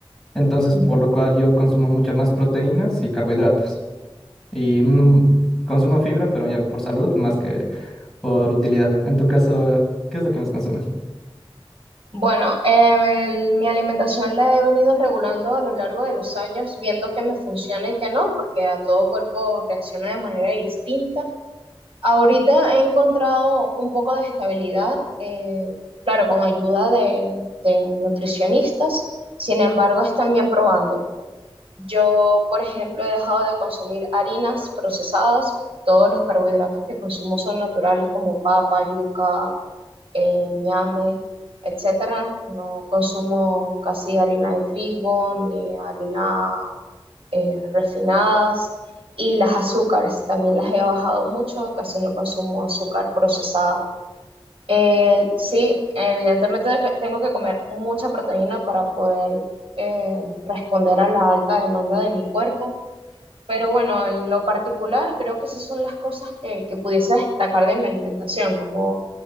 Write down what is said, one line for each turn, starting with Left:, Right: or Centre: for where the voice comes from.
Centre: entonces
Right: Ujú.
Centre: por lo cual yo consumo muchas más proteínas y carbohidratos. Y mm, consumo fibra, pero ya por salud más que por utilidad. En tu caso, ¿qué es lo que más consumes?
Right: Bueno, eh, el- mi alimentación la he venido regulando a lo largo de los años, viendo qué me funciona y qué no, porque a todo cuerpo reacciona de manera distinta Ahorita he encontrado un poco de estabilidad, eh, claro, con ayuda de, de nutricionistas, sin embargo, están bien probando. Yo, por ejemplo, he dejado de consumir harinas procesadas, todos los carbohidratos que consumo son naturales como papa, yuca, eh, ñame, etcétera. No consumo casi harina de trigo ni harina eh, refinadas y las azúcares. También las he bajado mucho, casi no consumo azúcar procesada. Eh, sí, evidentemente de- tengo que comer mucha proteína para poder eh, responder a la alta demanda de mi cuerpo. Pero bueno, en lo particular, creo que esas son las cosas que, que pudiese destacar de mi alimentación, como